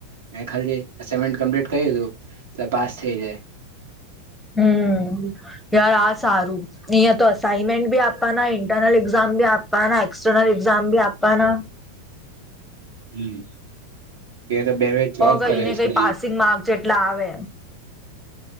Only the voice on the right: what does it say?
મે ખાલી એસાઈમેન્ટ કમ્પ્લીટ કરી દીધું ને પાસ થઈ જાય
હમ. એ તો બે બે જોબ
કરે છે.